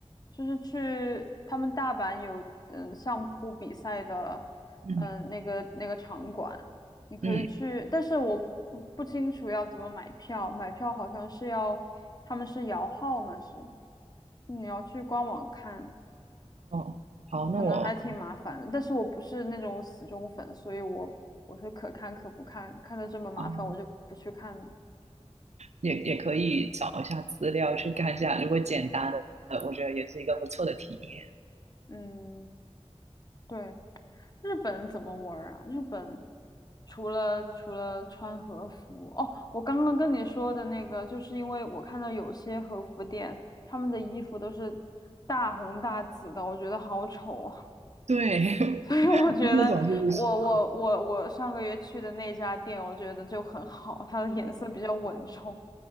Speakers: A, on the left; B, on the right.
A: 就是去他们大阪有嗯相扑比赛的
B: 嗯
A: 嗯那个那个场馆，你可以去，
B: 嗯
A: 但是我不不清楚要怎么买票，买票好像是要他们是摇号嘛，是你要去官网看，
B: 哦，好，
A: 可能还挺麻烦的。
B: 那我
A: 但是我不是那种死忠粉，所以我我是可看可不看，看的这么麻烦我就不去看了。
B: 啊。也也可以找一下资料去看一下，如果简单的，呃我觉得也是一个不错的体验。
A: 嗯，对。日本怎么玩儿啊？日本除了除了穿和服，哦，我刚刚跟你说的那个，就是因为我看到有些和服店，他们的衣服都是大红大紫的，我觉得好丑啊。
B: <laughs> 对，
A: <laughs> 所以我觉得我我我我上个月去的那家店，
B: 那种就不喜欢。
A: 我觉得就很好，它的颜色比较稳重。